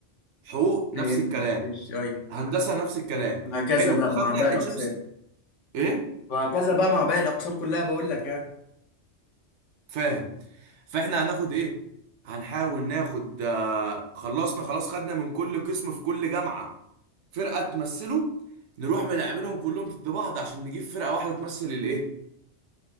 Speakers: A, on the right; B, on the left.
A: حقوق نفس
B: فهمت
A: الكلام
B: ماشي ايوه
A: هندسة نفس الكلام
B: وهكذا
A: حلو
B: بقى
A: خدنا
B: مع باقي
A: عين
B: الاقسام
A: شمس إيه
B: وهكذا بقى مع باقي الاقسام كلها بقول لك يعني
A: فاهم فإحنا هناخد إيه هنحاول ناخد آه، خلصنا خلاص خدنا من كل قسم في كل جامعة فرقة تمثله نروح ملاعبينهم كلهم ضد بعض عشان نجيب فرقة واحدة تمثل الإيه